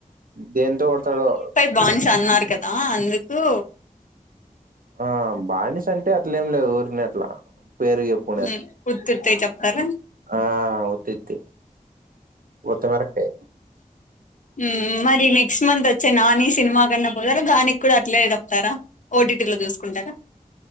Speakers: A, on the right (about 80°); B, on the left (about 65°).
A: దేంతో కొడ్తాడో
B: బానిస అన్నారు కదా అందుకూ
A: ఆ బానిసంటే అట్లేం లేదు ఊర్కనే అట్ల పేర్ జెప్
B: మ్ ఉత్తుత్తయి చెప్తారా?
A: ఆ ఉతిత్తి ఉత్త వరకే
B: మ్ మరి నెక్స్ట్ మంత్ వచ్చే నాని సినిమా కన్నా పోతారా దానిక్ కుడ అట్లే చెప్తారా? ఓటీటీలో చూస్కుంటారా